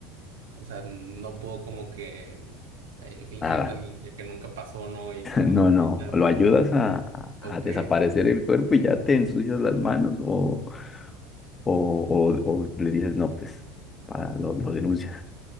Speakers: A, on the right (about 90°); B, on the left (about 25°).
A: O sea, no puedo como que eh, fingir
B: nada.
A: de mí
B: <laughs>
A: que nunca pasó, ¿no? Y como
B: No,
A: adultarme.
B: no, o lo ayudas a, a-
A: Ok.
B: a desaparecer el cuerpo y ya te ensucias las manos o, o, o- o le dices, no, pues, para, lo, lo denuncias.